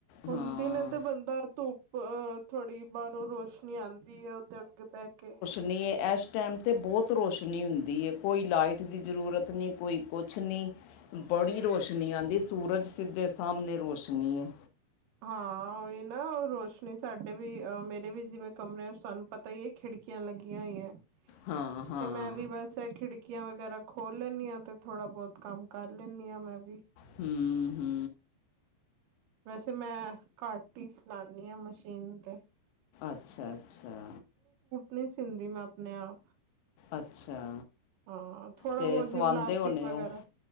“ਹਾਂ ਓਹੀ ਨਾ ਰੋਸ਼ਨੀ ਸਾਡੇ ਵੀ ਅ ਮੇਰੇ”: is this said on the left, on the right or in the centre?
Right